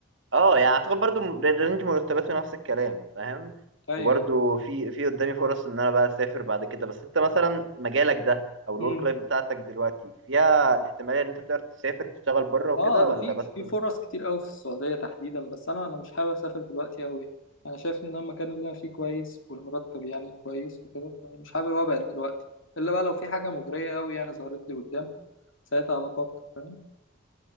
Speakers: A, on the right; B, on the left.
A: اه يعني اعتقد برضه رينج مرتباته نفس الكلام فاهم
B: ايوه
A: وبرضه في في قدامي فرص ان انا بقى اسافر بعد كده بس انت مثلا مجالك ده او الورك
B: مم.
A: لايف بتاعتك دلوقتي فيها احتماليه ان انت تقدر تسافر تشتغل بره وكده
B: اه ده
A: ولا
B: في
A: بس
B: في فرص كتير قوي في السعودية تحديدا بس انا انا مش حابب اسافر دلوقتي قوي انا شايف ان أنا المكان اللي انا فيه كويس والمرتب يعني كويس وكده فمش حابب ابعد دلوقتي الا بقى لو في حاجة مغرية قوي يعني ظهرت لي قدام ساعتها بفكر فاهم